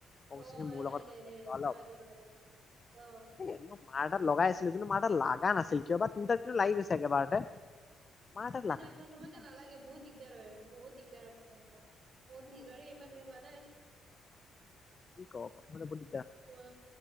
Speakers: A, on the left (about 35°); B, on the right (about 50°).
A: মই কৈছো
B: অ।
A: মোৰ
B: এই
A: লগত
B: নাই নাই
A: কথা
B: নাই
A: পাতিবা অলপ
B: নোৱাৰে নোৱাৰে অ
A: এ মই মাৰ এাত লগাই আছিলো কিন্তু মাৰ তাত লগা নাছিল কিয় বা তোৰ তাক। তোৰ লাগি গৈছে যাগে একেবাৰতে? মাৰ তাত
B: নাই
A: লাগা
B: নাই প্ৰথমত
A: কি
B: নালাগে বহুত দিগদাৰ হয় বহুত দিগদাৰ। তে আৰু প্ৰথমতে মোৰত নিজৰে ইমান হেৰি হোৱা নাই?
A: কি ক প্ৰানে ব।
B: অ